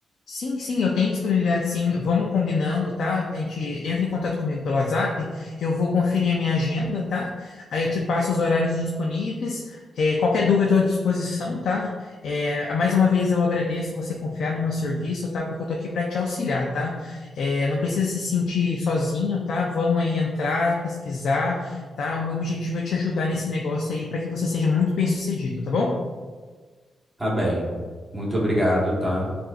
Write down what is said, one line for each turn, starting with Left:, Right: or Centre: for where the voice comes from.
Left: Sim, sim, eu tenho disponibilidade, sim. Vamos combinando, tá? A gente entra em contato comigo pelo WhatsApp, eu vou conferir a minha agenda, tá? Aí eu te passo os horários disponíveis. É, qualquer dúvida, estou à disposição, tá? É, mais uma vez eu agradeço você confiar no meu serviço, tá? Porque eu tô aqui para te auxiliar, tá? É, não precisa se sentir sozinho, tá? Vamos aí entrar, pesquisar, tá? O meu objetivo é te ajudar nesse negócio aí para que você seja muito bem-sucedido, tá bom?
Right: Tá bem. Muito obrigado, tá?